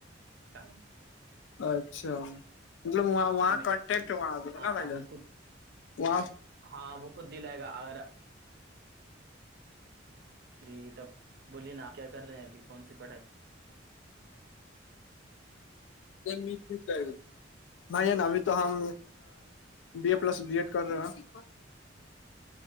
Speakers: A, on the right; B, on the left.
A: ہاں
B: اچھا مطلب وہاں
A: اپنے میں
B: کانٹیکٹ وہاں د
A: ہاں
B: نا بھائی
A: آپ
B: ج
A: کو خود
B: وہاں
A: ہاں وہ خود دلائے گا اگر جی تب بولیے نا کیا کر رہے ہیں ابھی کون سی پڑھائی
B: میٹ مٹ لگی بھائی ہے نا ابھی تو ہم B A plus B Ed کر رہے ہ